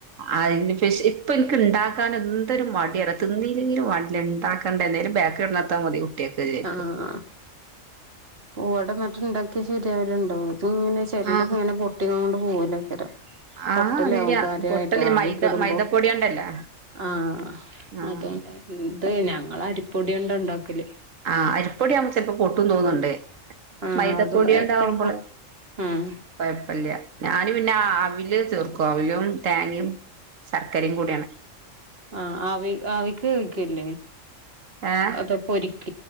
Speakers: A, on the right; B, on the right.
A: അയിന് ഫെഷി <unintelligible> ഇപ്പം ഇൻക്ക് ഇണ്ടാക്കാൻ എന്തൊരു മടിയ തിന്നില്ലെങ്കിലും വാണ്ടീല ഇണ്ടാക്കണ്ടേ എന്തോലും ബേക്കറി കൊടുന്നൊടുത്താൽ മതിയാവും <unintelligible>
B: ആഹ് പൂവട ഇന്നട്ട് ഇണ്ടാക്കിയാ ശരിയാവല്ണ്ടോ ഇത് ഇങ്ങനെ ചെലത്
A: ആഹ്
B: ഇങ്ങനെ പൊട്ടിങ്ങാണ്ട് പോവലാക്കാരം പൊട്ടലാവും
A: ആഹ് ഇല്ല
B: കാര്യായിട്ട്
A: പൊട്ടല്
B: ആവിക്കിടുമ്പോ
A: മൈദ മൈദപ്പൊടിയോണ്ടല്ലേ
B: ആഹ്
A: ആഹ്
B: അതോണ്ട ഇത് ഞങ്ങൾ അരിപ്പൊടിയൊണ്ടാ ഇണ്ടാക്കല്
A: ആഹ് അരിപ്പൊടിയാകുമ്പോ ചെലപ്പോ പൊട്ടും തോന്നുണ്ട്
B: ആഹ്
A: മൈദപ്പൊടിയൊണ്ടാവുമ്പള്
B: അത് എപ്പഴും പൊ ആഹ്
A: കൊഴപ്പല്യ ഞാന് പിന്നെ അവില് ചേർക്കും അവിലും തേങ്ങയും ശർക്കരയും കൂടിയാണ്
B: ആഹ് ആവി ആവിക്ക് വേവിക്കൂല്ലേ
A: ഏഹ്
B: അതൊ പൊരിക്ക